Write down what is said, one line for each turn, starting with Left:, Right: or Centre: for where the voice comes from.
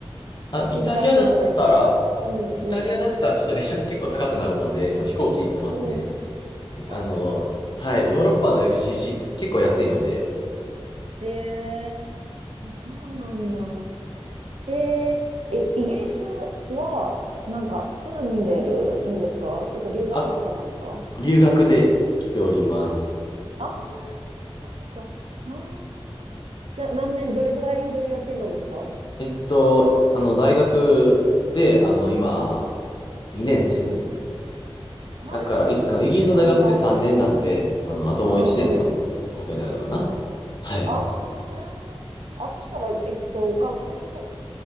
Left: あ、
Right: なんか新幹線じゃないけど。
Left: イタリアだったら、
Right: うんうん。
Left: イタリアだったらちょっと列車結構高くなるので、もう飛行機で行ってますね。
Right: うん。
Left: いあの、
Right: あ
Left: はい、ヨーロッパの LCC
Right: あ。
Left: って結構安いので、
Right: ええあ、そうなんだ。えええ、イギリスは、なんか、住んでるんですかそれか留学とかなんか
Left: あ、留学で来ております。
Right: ああー、そっかそっかそっか。ああ、だ、何年、どれぐらいいる予定なんですか
Left: えっと、あの、大学で、あの、今、2年生ですね。
Right: うん。ああ、
Left: だから、いあの、イギリスの大学って3年なので、
Right: なんだ。
Left: あの、あともう1年ってこのこことになるのかな
Right: うんうん。
Left: はい。
Right: ああ、なるほど。あ、そしたら、えっと、学校、